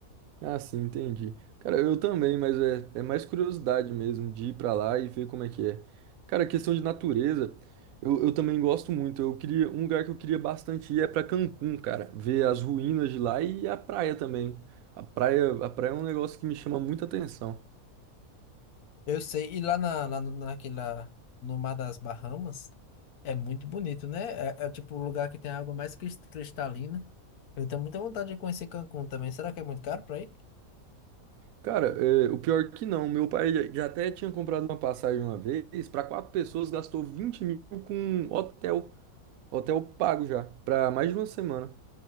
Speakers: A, on the right; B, on the left.
A: Ah, sim, entendi. Cara, eu também, mas é, é mais curiosidade mesmo de ir pra lá e ver como é que é. Cara, questão de natureza, eu, eu também gosto muito. Eu queria, um lugar que eu queria bastante ir é pra Cancún, cara. Ver as ruínas de lá e a praia também. A praia, a praia é um negócio que me chama muita atenção.
B: Eu sei, e lá, na, lá no- naquela, no Mar das Bahamas, é muito bonito, né? É, é tipo o lugar que tem a água mais cris- cristalina. Eu tenho muita vontade de conhecer Cancún também. Será que é muito caro pra ir?
A: Cara, é, o pior que não, meu pai já já até tinha comprado uma passagem uma vez, pra quatro pessoas, gastou vinte mil com um hotel, hotel pago já, pra mais de uma semana,